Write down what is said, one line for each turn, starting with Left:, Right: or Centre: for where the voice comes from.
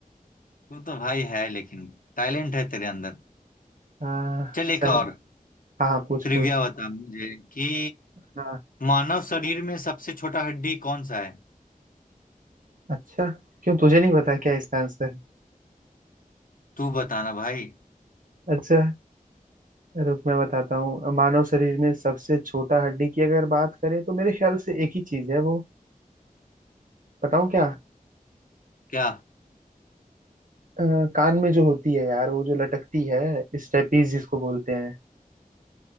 Left: तू तो भाई है लेकिन टैलेंट है तेरे अंदर
Right: आ,
Left: चल एक
Right: चल
Left: और
Right: हाँ पूछ
Left: ट्रिविया
Right: पूछ
Left: बता मुझे कि
Right: हाँ
Left: मानव शरीर में सबसे छोटा हड्डी कौन सा है
Right: अच्छा क्यों तुझे नहीं पता क्या इसका आंसर
Left: तू बताना भाई
Right: अच्छा रुक मैं बताता हूँ मानव शरीर में सबसे छोटा हड्डी की अगर बात करें तो मेरे ख्याल से एक ही चीज है वो बताऊँ क्या
Left: क्या
Right: अ, कान में जो होती है यार वो जो लटकती है स्टेपीज जिसको बोलते हैं